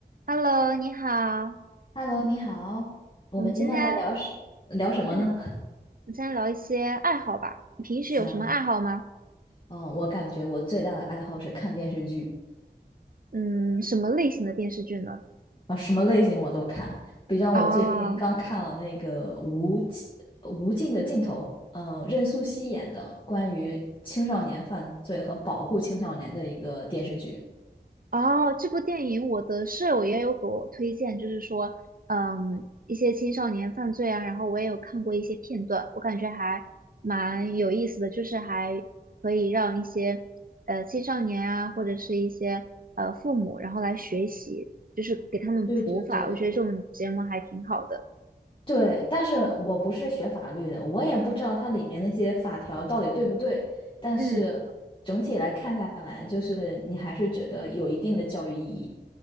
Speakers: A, on the right; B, on the left.
A: Hello，你好，
B: Hello，你好，我们今天来聊什聊什么呢？
A: 我们今天，嗯，我们今天聊一些爱好吧。你平时有什么爱好吗？
B: 行，嗯，我感觉我最大的爱好是看电视剧
A: 嗯，什么类型的电视剧呢？
B: 啊，什么类型我都看。比方我最近刚看了那个《无尽无尽的尽头》，
A: 啊
B: 嗯，任素汐演的关于青少年犯罪和保护青少年的一个电视剧。
A: 哦，这部电影我的舍友也有给我推荐，就是说，嗯，一些青少年犯罪啊，然后我也有看过一些片段，我感觉还蛮有意思的，就是还可以让一些呃青少年啊，或者是一些呃父母，然后来学习，就是给他们普法，
B: 对对对，
A: 我觉得这种节目还挺好的。
B: 对，但是我不是学法律的，我也不知道它里面那些法条到底对不对。但是整体来看下来，
A: 嗯
B: 就是你还是觉得有一定的教育意义。